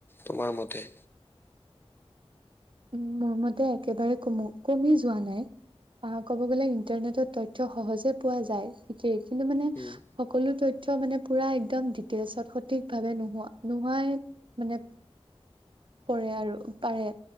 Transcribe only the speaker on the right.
উম, মোৰ মতে একেবাৰে কমো কমি যোৱা নাই। আ ক'ব গ'লে ইণ্টাৰনেটত তথ্য সহজে পোৱা যায় ঠিকেই, কিন্তু মানে
সকলো তথ্য মানে পুৰা একদম ডিটেইলচত সঠিকভাৱে নোহোৱা নোহোৱাই মানে পৰে আৰু পাৰে